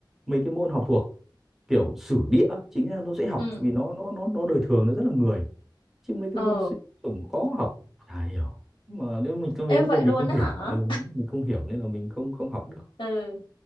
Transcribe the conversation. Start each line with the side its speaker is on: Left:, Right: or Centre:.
Centre: mấy cái môn học thuộc kiểu sử địa chính ra nó dễ học
Left: ừ
Centre: vì nó nó nó nó đời thường nó rất là người chứ mấy cái
Left: ồ
Centre: môn sinh tổng khó học chả hiểu Nhưng mà nếu mình có mấy
Left: ê
Centre: vấn
Left: vậy
Centre: đề mình
Left: luôn
Centre: không
Left: đó
Centre: hiểu
Left: hả
Centre: ừ, mình không hiểu nên là mình không không học được
Left: ừ